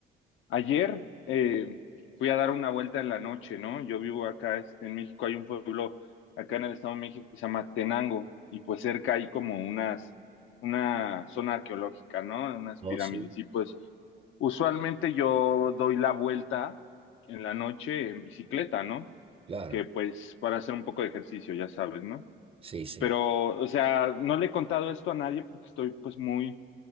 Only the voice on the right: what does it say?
Oh,
sí.
Claro,
sí, sí.